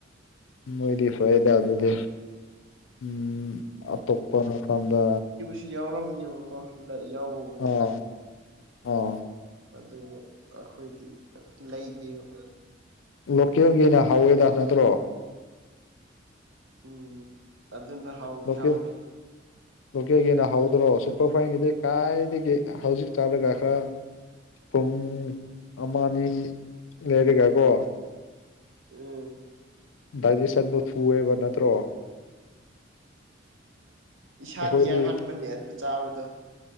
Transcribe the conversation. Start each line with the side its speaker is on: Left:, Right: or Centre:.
Left: ꯅꯣꯏꯗꯤ ꯐꯩꯌꯦꯗ ꯑꯗꯨꯗꯤ ꯎꯝ ꯑꯇꯣꯞꯄ ꯃꯐꯝꯗ
Right: ꯁꯤ ꯌꯥꯎꯔꯝꯅꯦꯕꯀꯣ ꯂꯩ ꯌꯥꯎ
Left: ꯑꯥ ꯑꯥ
Right: ꯑꯗꯨꯕꯨ ꯑꯈꯣꯏꯗꯤ ꯂꯩꯗꯦꯕ
Left: ꯂꯣꯀꯦꯜꯒꯤꯅ ꯍꯥꯎꯋꯦꯗ ꯅꯠꯇ꯭ꯔꯣ
Right: ꯎꯝ ꯑꯗꯨꯅ ꯍꯥꯎꯗꯤ
Left: ꯂꯣꯀꯦꯜ
Right: ꯍꯥꯎꯋꯤ
Left: ꯂꯣꯀꯦꯜꯒꯤꯅ ꯍꯥꯎꯗ꯭ꯔꯣ ꯁꯨꯄ꯭ꯔ ꯐꯥꯏꯟꯒꯤꯗꯤ ꯀꯥꯏꯗꯒꯤ ꯍꯧꯖꯤꯛ ꯆꯥꯔꯒ ꯈ꯭ꯔ ꯄꯨꯡ ꯑꯃ ꯑꯅꯤ ꯂꯩꯔꯒꯀꯣ
Right: ꯎꯝ
Left: ꯗꯥꯏꯖꯦꯁꯟꯗꯣ ꯊꯨꯑꯦꯕ ꯅꯠꯇ꯭ꯔꯣ
Right: ꯏꯁꯥꯗꯤ
Left: ꯑꯩꯈꯣꯏꯗꯤ
Right: ꯌꯥꯡꯍꯟꯕꯅꯦ ꯑꯗꯨ ꯆꯥꯕꯗꯣ